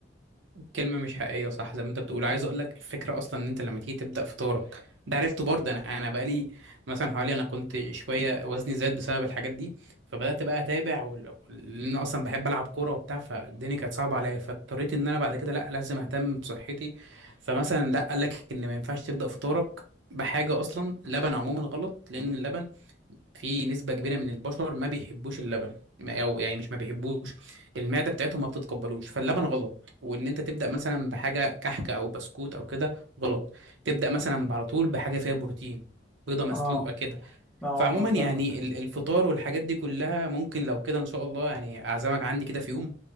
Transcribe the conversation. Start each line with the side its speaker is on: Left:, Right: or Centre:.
Right: كلمة مش حقيقية صح زي ما انت بتقول عايز اقول لك الفكرة اصلا ان انت لما تيجي تبدأ فطارك ده عرفته برضه انا انا بقالي مثلا حوالي انا كنت شوية وزني زاد بسبب الحاجات دي فبدأت بقى اتابع وال- لان انا اصلا بحب العب كورة وبتاع فالدنيا كانت صعبة عليا فاضطريت ان انا بعد كده لا لازم اهتم بصحتي فمثلا لا قال لك ان ما ينفعش تبدأ فطارك بحاجة اصلا لبن عموما غلط لان اللبن في نسبة كبيرة من البشر ما بيحبوش اللبن ما- أو يعني مش ما بيحبوش المعدة بتاعتهم ما بتتقبلوش فاللبن غلط وإن أنت تبدأ مثلا بحاجة كحكة أو بسكوت أو كده غلط تبدأ مثلا على طول بحاجة فيها بروتين بيضة مسلوقة
Centre: اه
Right: كده
Centre: اه
Right: فعموما
Centre: اه
Right: يعني
Centre: فاهمك
Right: ال- الفطار والحاجات دي كلها ممكن لو كده إن شاء الله يعني أعزمك عندي كده في يوم